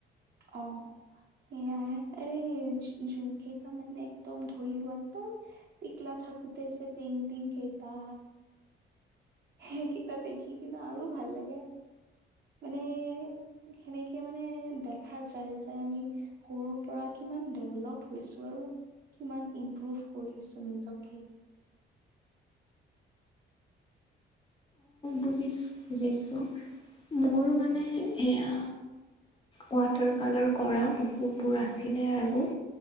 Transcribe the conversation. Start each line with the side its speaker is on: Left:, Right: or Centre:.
Right: অৱ। এয়াই, আৰে জুমক কেইটামানে একদম ধৰিলোৱা একদম তিকলা থাকোতে যে পেইণ্টিং কেইটা। সেইকেইটা দেখি কিনে আৰু ভাল লাগে। মানে সেনেকে মানে দেখা যায় যে আমি। সৰুৰ পৰা কিমান ডেভলপ হৈছো আৰু। কিমান ইম্প্ৰোভ কৰিছো নিজকে।
Left: বুজিছো। বুজিছো। মোৰ মানে সেয়া ৱাটাৰ কালাৰ কৰা বহুতবোৰ আছিলে আৰু